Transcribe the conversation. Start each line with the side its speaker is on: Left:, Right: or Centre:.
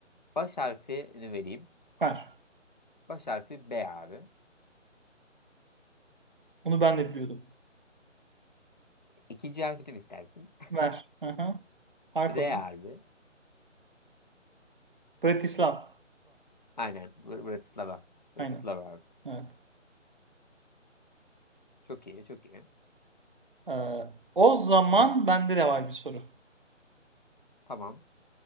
Left: baş harfini vereyim.
Right: Ver.
Left: Baş harfi B abi.
Right: Onu ben de biliyordum.
Left: İkinci harfini mi istersin?
Right: Ver. Aha. Harf
Left: <laughs> R
Right: alayım.
Left: abi.
Right: Bratislava.
Left: Aynen. Br- Bratislava. Bratislava
Right: Aynen.
Left: abi.
Right: Evet.
Left: Çok iyi çok iyi.
Right: Ee, o zaman bende de var bir soru.
Left: Tamam.